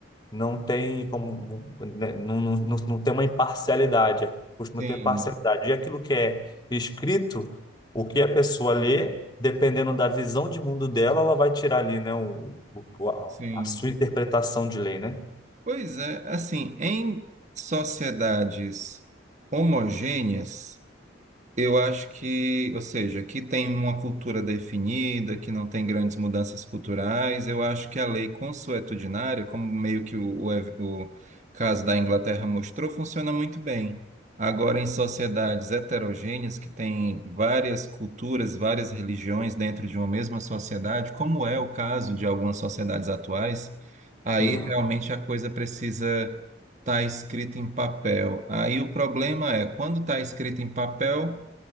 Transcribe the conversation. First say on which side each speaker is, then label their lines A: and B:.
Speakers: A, on the left; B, on the right.
A: não tem como, né, não, não, não não tem uma imparcialidade, costuma
B: sim,
A: ter parcialidade. E aquilo que é escrito, o que a pessoa lê, dependendo da visão de mundo dela, ela vai tirar ali, né? O, o- a,
B: sim.
A: a sua interpretação de lei, né?
B: Pois é, assim, em sociedades homogêneas. Eu acho que, ou seja, que tem uma cultura definida, que não tem grandes mudanças culturais. Eu acho que a lei consuetudinária, como meio que o, o ev- o caso da Inglaterra mostrou, funciona muito bem. Agora, em sociedades heterogêneas, que têm várias culturas, várias religiões dentro de uma mesma sociedade, como é o caso de algumas sociedades atuais, aí
A: Hum,
B: realmente a coisa precisa estar escrita em papel. Aí o problema é, quando está escrito em papel.